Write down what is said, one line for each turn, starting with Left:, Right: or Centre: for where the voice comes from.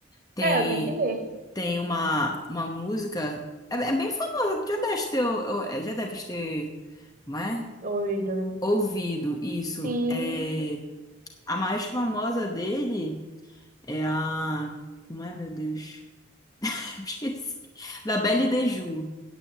Left: Tem,
Right: É, eu tenho que ler.
Left: tem uma, uma música, é, é bem famosa, já deve ter, ou- é, já deve ter, não é?
Right: Ouvido, né?
Left: Ouvido, isso,
Right: Sim.
Left: é... A mais famosa dele. É a. Como é, meu Deus? <laughs> Eu esqueci. La Belle de Jour.